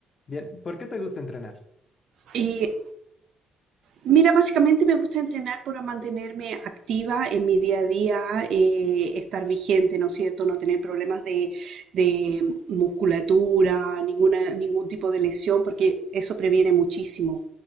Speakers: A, on the left; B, on the right.
A: Bien, ¿por qué te gusta entrenar?
B: Y mira, básicamente me gusta entrenar para mantenerme activa en mi día a día, eh, estar vigente, ¿no es cierto? No tener problemas de, de musculatura, ninguna, ningún tipo de lesión, porque eso previene muchísimo